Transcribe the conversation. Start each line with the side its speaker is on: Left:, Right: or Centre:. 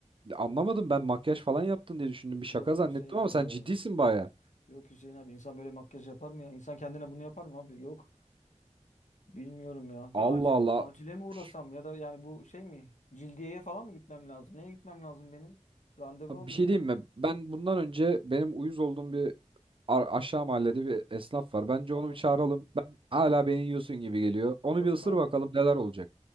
Right: anlamadım ben makyaj falan yaptın diye düşündüm bir
Left: Yok
Right: şaka zannettim
Left: Hüseyin abi
Right: ama sen
Left: ya.
Right: ciddisin baya.
Left: Yok Hüseyin abi insan böyle makyaj yapar mı ya? İnsan kendine bunu yapar mı abi? Yok bilmiyorum ya.
Right: Allah
Left: Bir acile
Right: Allah.
Left: acile mi uğrasam
Right: Üş.
Left: ya da yani bu şey mi? Cildiyeye falan mı gitmem lazım? Neye gitmem lazım benim? Randevu
Right: Abi
Left: alayım
Right: bir şey
Left: ben.
Right: diyeyim mi? Ben bundan önce benim uyuz olduğum bir ar- aşağı mahallede bir esnaf var. Bence
Left: Aha.
Right: onu bir çağıralım. Ben hala beni yiyorsun gibi geliyor. Onu
Left: Yok
Right: bir ısır
Left: abi.
Right: bakalım neler olacak.